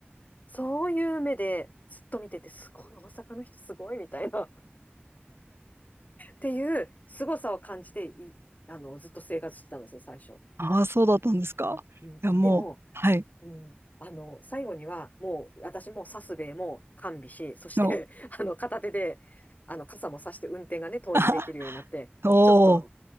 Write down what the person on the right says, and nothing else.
ああ、そうだったんですか。
いや、もう、
はい。
の、
<laughs> おお。